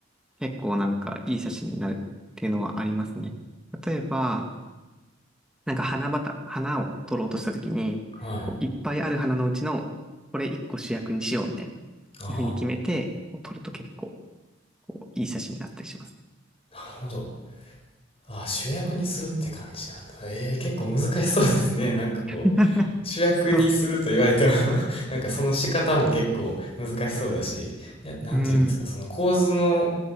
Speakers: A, in the centre; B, on the left (about 30°).
A: 結構なんかいい写真になるっていうのはありますね。例えば、なんか花畑、花を撮ろうとした時に、
B: はい。
A: こういっぱいある花のうちのこれ一個主役にしようみたいな、
B: あ
A: いうふうに決めてこう撮ると結構こういい写真になったりします。
B: あ、なるほど。ああ、主役にするって感じなんだ。ええ、結構難しそうですね。<laughs> なんかこう、
A: <laughs>
B: 主役にすると言われても
A: そう。
B: <laughs> なんかその仕方も結構難しそうだし、いや、なんて言うんですか、
A: うん。
B: その構図の、